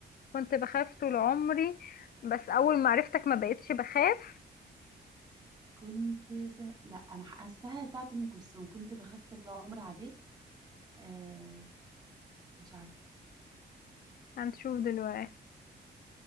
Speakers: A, on the left (about 55°); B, on the right (about 20°).
A: كنت بخاف طول عمري بس اول ما عرفتك ما بقتش بخاف
B: كنت ب... لا انا حاساها بتاعت ام كلثوم كنت بخاف طول عمري عليك آه مش عارفه
A: هنشوف دلوقتي